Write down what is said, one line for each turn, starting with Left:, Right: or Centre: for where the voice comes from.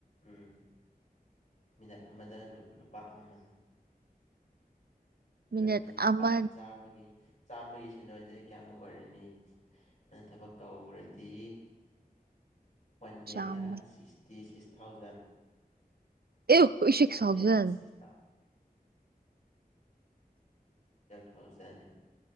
Left: ꯎꯪ ꯃꯤꯅꯠ ꯑꯃꯗ ꯂꯨ ꯂꯨꯄꯥ ꯑꯃꯃꯝ ꯑꯗꯨ
Right: ꯃꯤꯅꯠ
Left: ꯑꯣꯏꯔꯗꯤ ꯂꯨꯄꯥ
Right: ꯑꯃ
Left: ꯆꯥꯝꯃꯒꯤ ꯆꯥꯝꯃꯒꯤ ꯁꯦꯟꯗꯣꯏꯗꯤ ꯀꯌꯥꯃꯨꯛ ꯑꯣꯏꯔꯅꯤ ꯅꯪ ꯊꯕꯛ ꯇꯧ ꯔꯗꯤ ꯋꯥꯟ ꯗꯦꯗ
Right: ꯆꯥꯝꯃ
Left: ꯁꯤꯛꯁꯇꯤꯁꯤꯛꯁ ꯊꯧꯖꯟ
Right: ꯑꯦ six thousand
Left: UNINTELLIGIBLE thousand